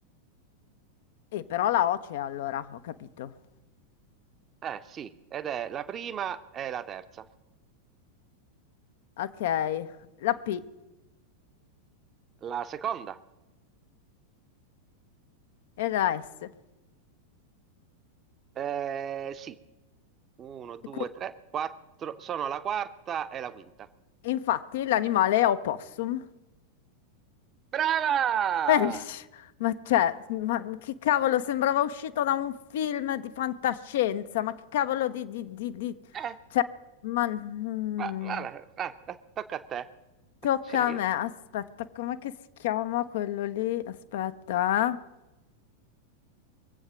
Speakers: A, on the left; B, on the right.
A: E però la O c'è allora, ho capito.
B: Eh sì, ed è la prima e la terza.
A: Ok, la P
B: La seconda?
A: e la S. E
B: Eh sì, uno, due,
A: qui-
B: tre, quattro, sono la quarta e la quinta.
A: Infatti l'animale è opossum.
B: Brava!
A: <laughs> Eh, ma cioè, ma che cavolo, sembrava uscito da un film di fantascienza, ma che cavolo di, di, di, di-
B: Eh,
A: cioè, ma, mm,
B: va- vabbè, eh, eh, tocca a te.
A: tocca
B: Scegli.
A: a me,
B: la-
A: aspetta, com'è che si chiama quello lì? Aspetta, eh.